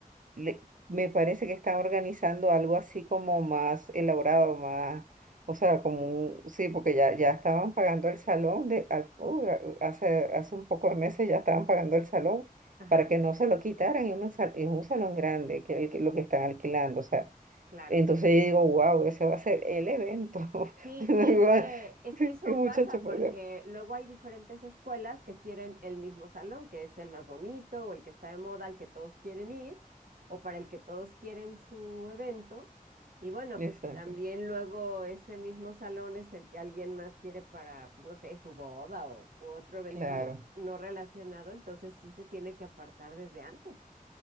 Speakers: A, on the right; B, on the right.
A: le- me parece que está organizando algo así como más elaborado, más, o sea, como un, sí, porque ya, ya estaban pagando el salón de, al- uh, a- hace, hace un poco de meses ya estaban pagando el salón
B: ajá,
A: para que no se lo quitaran, y un sal- es un salón grande, que, el que- lo que están alquilando, o sea.
B: claro.
A: Entonces yo digo, wow, ese va a ser el evento.
B: Sí,
A: <laughs>
B: y es que, es que
A: Sí,
B: eso
A: Muchacho,
B: pasa
A: por
B: porque
A: Dios.
B: luego hay diferentes escuelas que quieren el mismo salón, que es el más bonito o el que está de moda, al que todos quieren ir o para el que todos quieren su evento. Y bueno,
A: Exacto,
B: pues también luego ese mismo salón es el que alguien más quiere para, pues no sé, su boda o u otro evento
A: claro,
B: no relacionado, entonces sí se tiene que apartar desde antes.